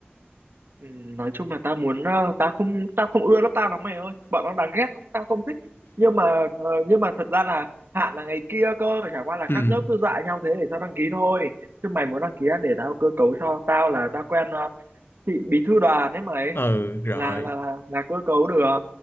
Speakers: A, on the right (about 65°); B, on the left (about 70°).
A: ừ, nói chung là tao muốn ờ, tao không tao không ưa lớp tao lắm mày ơi bọn nó đáng ghét lắm, tao không thích nhưng mà ờ, nhưng mà thật ra là hạn là ngày kia cơ chả qua là các
B: ừ
A: lớp cứ dọa nhau thế để tao đăng ký thôi chứ mày muốn đăng ký á, để tao cơ cấu cho tao là tao quen ờ, chị bí thư đoàn ấy mày
B: ừ rồi
A: là là là, là cơ cấu được